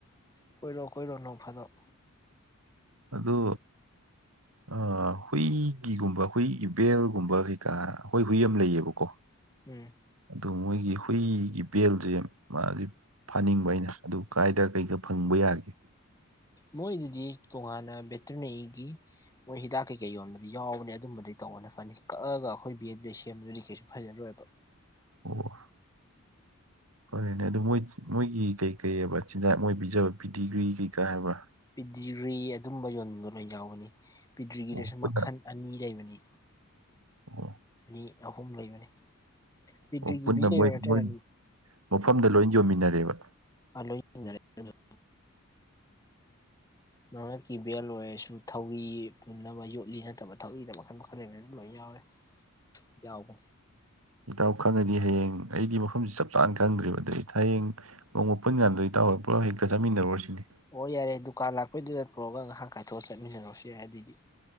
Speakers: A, on the left; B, on the right.
A: ꯀꯣꯏꯔꯣ ꯀꯣꯏꯔꯣ ꯅꯣꯡ ꯐꯥꯗꯣꯛ
B: ꯑꯗꯣ ꯑ ꯍꯨꯏꯒꯤꯒꯨꯝꯕ ꯍꯨꯏꯒꯤ ꯕꯦꯜꯒꯨꯝꯕ ꯀꯩꯀꯥ ꯑꯈꯣꯏ ꯍꯨꯏ ꯑꯃ ꯂꯩꯌꯦꯕꯀꯣ
A: ꯎꯝ
B: ꯑꯗꯨ ꯃꯣꯏꯒꯤ ꯍꯨꯏꯒꯤ ꯕꯦꯜꯖꯦ ꯃꯥꯖꯦ ꯐꯥꯅꯤꯡꯕ ꯑꯩꯅ ꯑꯗꯨ ꯀꯥꯏꯗ ꯀꯩꯗ ꯐꯪꯕ ꯌꯥꯒꯦ
A: ꯃꯣꯏꯗꯨꯗꯤ ꯇꯣꯉꯥꯟꯅ ꯕꯦꯇꯅꯔꯤꯒꯤ ꯃꯣꯏ ꯍꯤꯗꯥꯛ ꯀꯩꯀꯩ ꯌꯣꯟꯕ ꯑꯗꯨ ꯌꯥꯎꯕꯅꯤ ꯑꯗꯨꯝꯕꯗꯤ ꯇꯧꯕꯅ ꯐꯅꯤ ꯀꯛꯑꯒ ꯑꯩꯈꯣꯏ ꯕꯦ ꯑꯗꯨꯗꯩ ꯁꯦꯝꯕꯗꯨꯗꯤ ꯀꯩꯁꯨ ꯐꯖꯔꯣꯏꯕ
B: ꯑꯣ ꯍꯣꯏꯅꯦ ꯑꯗꯨ ꯃꯣꯏ ꯃꯣꯏꯒꯤ ꯀꯩ ꯀꯩ ꯑꯕ ꯤꯟꯖꯥꯛ ꯃꯣꯏ ꯄꯤꯖꯕ ꯄꯤꯗꯤꯒ꯭ꯔꯤ ꯀꯩꯀꯥ ꯍꯥꯏꯕ꯭ꯔꯥ
A: ꯄꯤꯗꯤꯒ꯭ꯔꯤ ꯑꯗꯨꯝꯕ ꯌꯣꯟꯕꯗꯣ ꯂꯣꯏ ꯌꯥꯎꯒꯅꯤ ꯄꯤꯗ꯭ꯔꯤꯒꯤꯗꯁꯨ
B: ꯑꯣ ꯄꯨꯟꯅ
A: ꯃꯈꯜ ꯑꯅꯤ ꯂꯩꯕꯅꯤ
B: ꯑꯣ
A: ꯃꯤ ꯑꯍꯨꯝ ꯂꯩꯕꯅꯤ ꯄꯤꯗ꯭ꯔꯤꯒꯤ
B: ꯑꯣ ꯄꯨꯟꯅ
A: ꯄꯤꯖꯩꯔꯣ
B: ꯃꯣꯏ
A: ꯅꯠꯇ꯭ꯔꯒ
B: ꯃꯣꯏ ꯃꯐꯝꯗ ꯂꯣꯏ ꯌꯣꯟꯃꯤꯟꯅꯔꯦꯕ
A: ꯑꯂꯣꯏ <unintelligible> ꯃꯉꯛꯀꯤ ꯕꯦꯜ ꯑꯣꯏꯔꯁꯨ ꯗꯨ ꯊꯧꯔꯤ ꯄꯨꯟꯅꯕ ꯌꯣꯠꯂꯤ ꯅꯠꯇꯕ ꯊꯧꯔꯤꯗ ꯃꯈꯜ ꯃꯈꯜ ꯂꯩꯕꯅꯤ ꯑꯗꯨꯝ ꯂꯣꯏ ꯌꯥꯎꯔꯦ ꯌꯥꯎꯕ
B: ꯇꯥꯎ ꯈꯪꯉꯗꯤ ꯍꯌꯦꯡ ꯑꯩꯗꯤ ꯃꯐꯝ ꯆꯞ ꯆꯥꯅ ꯈꯪꯗ꯭ꯔꯤꯕ ꯑꯗꯩ ꯍꯌꯦꯡ ꯅꯣꯡꯃ ꯄꯨꯟ ꯀꯥꯟꯗ ꯏꯇꯥꯎꯅ ꯄꯨꯂꯞ ꯍꯦꯛꯇ ꯆꯠꯃꯤꯟꯅꯔꯨꯔꯁꯤꯅꯦ
A: ꯑꯣ ꯌꯥꯔꯦ ꯗꯨꯀꯥꯟ ꯂꯥꯛꯄꯩꯗꯨꯗ ꯄꯨꯔꯛꯑꯒ ꯉꯥꯏꯍꯥꯛ ꯀꯥꯏꯊꯣꯛꯑꯒ ꯆꯠꯃꯤꯟꯅꯔꯁꯨ ꯌꯥꯏ ꯑꯗꯨꯏꯗꯤ